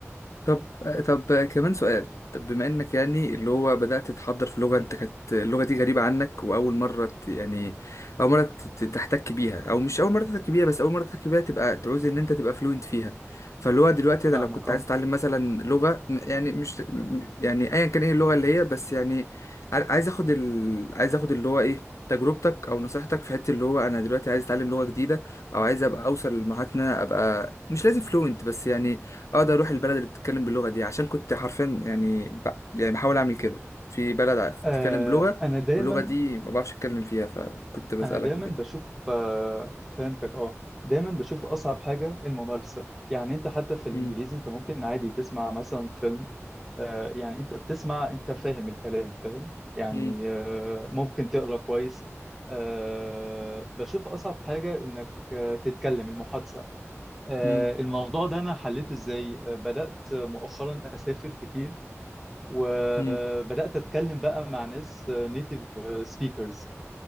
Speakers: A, on the left (about 75°); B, in the centre.
A: طب طب كمان سؤال طب بما انك يعني اللي هو بدأت تتحضر في لغة انت كانت اللغة دي غريبة عنك واول مرة ت- يعني اول مرة ت- ت- تحتك بيها او مش اول مرة تحتك بيها بس اول مرة تحتك بيها تبقى تعوز ان انت تبقى فلوينت فيها فاللي هو دلوقتي انا
B: فاهمك
A: لو كنت
B: اه
A: عايز اتعلم مثلا لغة م- يعني مش م- يعني ايا كان ايه اللغة اللي هي بس يعني ع- عايز اخد ال... عايز اخد اللي هو ايه تجربتك او نصيحتك في حته اللي هو انا دلوقتي عايز اتعلم لغه جديده او عايز ابقى اوصل لمرحله ان انا ابقى مش لازم فلوينت بس يعني اقدر اروح البلد اللي بتتكلم باللغه دي عشان كنت حرفيا يعني ب... يعني بحاول اعمل كده في بلد
B: آه،
A: بتتكلم بلغه
B: انا دايما
A: واللغه دي ما بعرفش اتكلم فيها فكنت بسالك
B: انا دايما
A: وكده
B: بشوف آه، فهمتك اه دايما بشوف اصعب حاجه الممارسه يعني انت حتى في الانجليزي
A: مم،
B: انت ممكن عادي تسمع مثلا فيلم آه، يعني انت بتسمع انت فاهم الكلام فاهم يعني
A: مم،
B: آه، ممكن تقرا كويس آه، بشوف اصعب حاجه انك آه، تتكلم المحادثه آه،
A: مم،
B: الموضوع ده انا حليته ازاي آه، بدات مؤخرا اسافر كتير وبدات
A: مم،
B: اتكلم بقى مع ناس نيتيف سبيكرز